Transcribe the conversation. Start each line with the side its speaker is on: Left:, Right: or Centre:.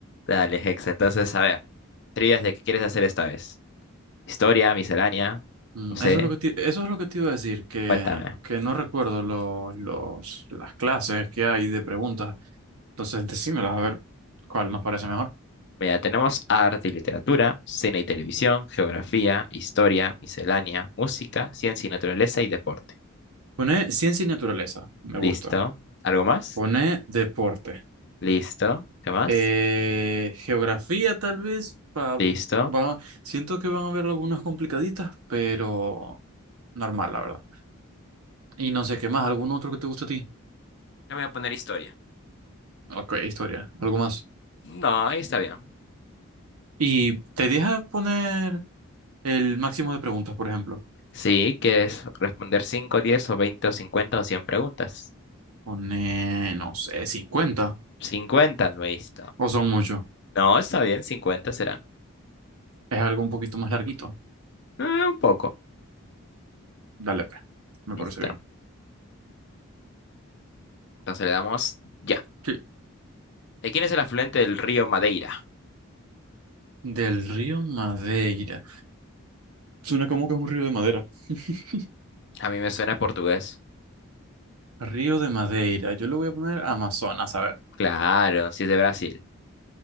Left: Dale Hexa, entonces a ver, trivias de qué quieres hacer esta vez. Historia, miscelánea,
Right: Mm,
Left: no sé,
Right: Eso es lo que te, eso es lo que te iba a decir, que,
Left: cuéntame.
Right: que no recuerdo los, los, las clases que hay de preguntas. Entonces, decímelas a ver cuál nos parece mejor.
Left: Mira, tenemos arte y literatura, cine y televisión, geografía, historia, miscelánea, música, ciencia y naturaleza y deporte.
Right: Pone ciencia y naturaleza, me
Left: Listo.
Right: gusta.
Left: ¿Algo más?
Right: Pone deporte.
Left: Listo. ¿Qué más?
Right: Eh, geografía tal vez, pa-
Left: Listo.
Right: va, siento que van a haber algunas complicaditas, pero normal, la verdad. Y no sé qué más, algún otro que te guste a ti.
Left: Ya voy a poner historia.
Right: Ok, historia, algo más.
Left: No, ahí está bien.
Right: Y te deja poner el máximo de preguntas, por ejemplo.
Left: Sí, que es responder 5, 10 o 20 o cincuenta o 100 preguntas.
Right: Pone, no sé, 50
Left: 50, listo.
Right: o son muchos.
Left: No, está bien, 50 será.
Right: Es algo un poquito más larguito.
Left: Eh, un poco.
Right: Dale, pues. Me
Left: Listo.
Right: parece bien.
Left: Entonces le damos ya.
Right: Sí.
Left: ¿De quién es el afluente del río Madeira?
Right: Del río Madeira. Suena como que es un río de madera. <laughs>
Left: A mí me suena portugués.
Right: Río de Madeira. Yo le voy a poner Amazonas, a ver.
Left: Claro, si es de Brasil.